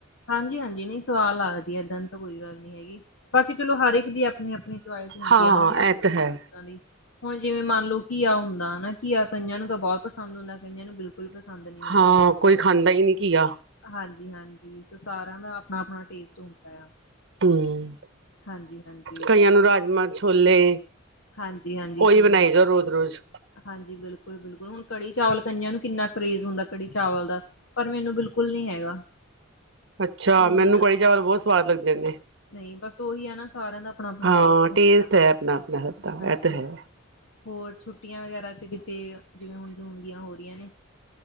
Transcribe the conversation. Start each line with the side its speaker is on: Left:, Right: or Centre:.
Left: ਹਾਂਜੀ-ਹਾਂਜੀ ਨਹੀਂ ਸਵਾਦ ਲੱਗਦੀ ਏਦਾਂ ਦੀ ਤਾਂ ਕੋਈ ਗੱਲ ਨਹੀਂ ਹੈਗੀ। ਬਾਕੀ ਚਲੋ, ਹਰ ਇੱਕ ਦੀ ਆਪਣੀ ਆਪਣੀ। ਚੋਆਇਸ ਹੁੰਦੀ
Right: ਹਾਂ
Left: ਆ ਚੀਜ਼
Right: ਇਹ ਤਾਂ ਹੈ
Left: ਨੂੰ ਕਿੱਦਾਂ ਦੀ, ਹੁਣ ਜਿਵੇਂ ਮੰਨ ਲਓ। ਘੀਆ ਹੁੰਦਾ ਹਨਾ ਨਾ ਘੀਆ ਕਈਆਂ ਨੂੰ ਤਾਂ ਬਹੁਤ ਪਸੰਦ ਹੁੰਦਾ। ਕਈਆਂ ਨੂੰ ਬਿਲਕੁਲ ਨਹੀਂ। ਪਸੰਦ ਹੁੰਦਾ
Right: ਹਾਂ
Left: ਹੈਗਾ।
Right: ਕੋਈ ਖਾਂਦਾ ਹੀ ਨਹੀਂ ਘੀਆ।
Left: ਹਾਂਜੀ-ਹਾਂਜੀ ਸ ਸਾਰਿਆਂ ਦਾ ਆਪਣਾ-ਆਪਣਾ ਟੇਸਟ ਹੁੰਦਾ ਆ।
Right: ਹੂੰ
Left: ਹਾਂਜੀ-ਹਾਂਜੀ।
Right: ਕਈਆਂ ਨੂੰ ਰਾਜਮਾਂ, ਛੋਲੇ,
Left: ਹਾਂਜੀ-ਹਾਂਜੀ ਸਹੀ
Right: ਉਹੀ ਬਣਾਈ
Left: ਗੱਲ
Right: ਜਾੳ ਰੋਜ਼-ਰੋਜ਼।
Left: ਹਾਂਜੀ ਬਿਲਕੁਲ-ਬਿਲਕੁਲ ਹੁਣ ਕੜੀ, ਚਾਵਲ ਕਈਆਂ ਨੂੰ ਕਿੰਨਾ ਕਰੇਜ਼ ਹੁੰਦਾ ਕੜੀ, ਚਾਵਲ ਦਾ। ਪਰ ਮੈਨੂੰ ਬਿਲਕੁਲ ਨਹੀਂ ਹੈਗਾ।
Right: ਅੱਛਾ,
Left: ਉਹੀ
Right: ਮੈਨੂੰ
Left: ਹੈ ਨਾ
Right: ਕੜੀ ਚਾਵਲ ਬਹੁਤ ਸਵਾਦ ਲੱਗਦੇ ਨੇ
Left: ਨਹੀਂ ਬਸ ਉਹੀ ਹੈ ਨਾ ਸਾਰਿਆਂ ਦਾ ਆਪਣਾ-ਆਪਣਾ
Right: ਹਾਂ
Left: ਹੁੰਦਾ
Right: ਟੇਸਟ ਐ ਆਪਣਾ-ਆਪਣਾ ਸਭ ਦਾ
Left: ਹਾਂਜੀ-ਹਾਂਜੀ।
Right: ਐ ਤੇ ਹੈ।
Left: ਹੋਰ ਛੁੱਟੀਆਂ ਵਗੈਰਾ ਚ ਕਿਤੇ ਜਿਵੇਂ ਹੁਣ ਜੂਨ ਦੀਆਂ ਹੋ ਰਹੀਆਂ ਨੇ।